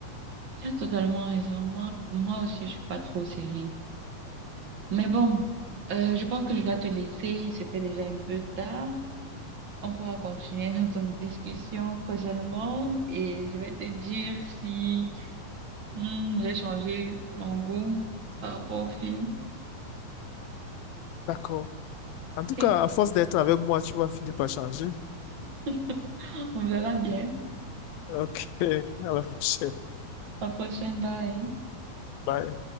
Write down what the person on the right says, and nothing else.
Tu as totalement raison. Moi, moi aussi, je suis pas trop série. Mais bon, euh, je pense que je dois te laisser. Il se fait déjà un peu tard. On pourra continuer notre discussion prochainement et je vais te dire si hmm, j'ai changé mon goût par rapport au film.
Ok,
<laughs> on verra bien.
À la prochaine, bye.